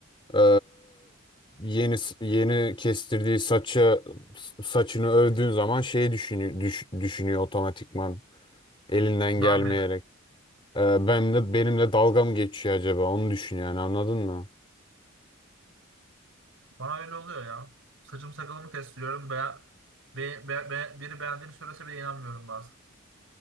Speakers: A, on the left (about 25°); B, on the right (about 70°).
A: e, yeni yeni kestirdiği saçı saçını övdüğün zaman şeyi düşünüyor, düş- düşünüyor otomatikman elinden
B: Beğenmedi.
A: gelmeyerek. E, ben de benimle dalga mı geçiyor acaba onu düşünüyor yani anladın mı?
B: Bana öyle oluyor ya. Saçım sakalımı kestiriyorum. Be, be, be, be- biri beğendiğini söylese bile inanmıyorum bazen.